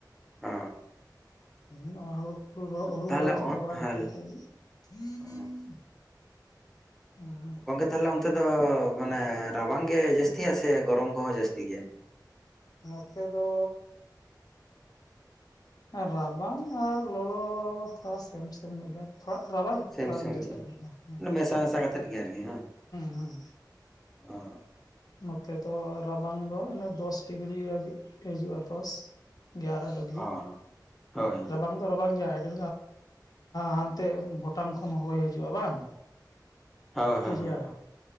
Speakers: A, in the centre; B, on the left.
A: ᱚᱻᱻ
B: ᱱᱚᱣᱟ ᱦᱩᱲᱩ ᱠᱚ ᱦᱩᱲᱩ
A: ᱛᱟᱦᱚᱞᱮ
B: ᱨᱚᱦᱚᱭ ᱪᱟᱵᱟ
A: ᱚ
B: ᱵᱟᱲᱟ
A: ᱦᱮᱸ
B: ᱠᱟᱛᱮᱫ ᱠᱷᱟᱡ ᱜᱮ <inaudible>
A: ᱚ
B: ᱦᱮᱸ
A: ᱜᱚᱝᱠᱮ ᱛᱟᱦᱞᱮ ᱚᱱᱛᱮ ᱫᱚ ᱢᱟᱱᱮ ᱨᱟᱵᱟᱝ ᱜᱮ ᱡᱟᱹᱥᱛᱤ ᱭᱟ ᱥᱮ ᱜᱚᱨᱚᱢ ᱠᱚ ᱦᱚᱸ ᱡᱟᱹᱥᱛᱤ ᱜᱮᱭᱟ᱾
B: ᱱᱚ ᱛᱮ ᱫᱚᱻ ᱨᱟᱵᱟᱝ ᱟᱨ ᱞᱚ ᱞᱚ ᱛᱷᱚᱲᱟ ᱥᱮᱢ ᱥᱮᱢ ᱧᱚᱜ ᱜᱮᱭᱟ ᱾ ᱨᱟᱵᱟᱝ
A: ᱥᱮᱢ
B: ᱛᱷᱚᱲᱟ
A: ᱥᱮᱢ
B: ᱡᱟᱹᱥᱛᱤ ᱧᱚᱜ ᱜᱮᱭᱟ ᱦᱩᱸ
A: ᱢᱮᱥᱟ ᱢᱮᱥᱟ ᱠᱟᱛᱮᱫ ᱜᱮ ᱟᱨᱠᱤ ᱦᱮᱸ
B: ᱦᱩᱸ
A: ᱚ
B: ᱱᱚ ᱛᱮ ᱫᱚ ᱨᱟᱵᱟᱝ ᱫᱚ ᱤᱱᱟᱹ ᱫᱚᱥ ᱰᱤᱜᱽᱨᱤ ᱦᱟᱹᱵᱤᱡ ᱦᱤᱡᱩᱜᱼᱟ᱾ ᱫᱚᱥ ᱜᱮᱭᱟ ᱨᱚ ᱰᱚᱜᱽᱨᱤ
A: ᱦᱳᱭ ᱦᱳᱭ
B: ᱨᱟᱵᱟᱝ ᱨᱟᱵᱟᱝ ᱜᱮᱭᱟ ᱟᱹᱰᱤ ᱦᱟᱱ ᱛᱮ ᱵᱚᱴᱟᱝ ᱠᱷᱚᱱ ᱦᱚᱭ ᱦᱤᱡᱩᱜᱼᱟ᱾ ᱵᱟᱝ
A: ᱦᱳᱭ
B: ᱴᱷᱤᱠ ᱜᱮᱭᱟ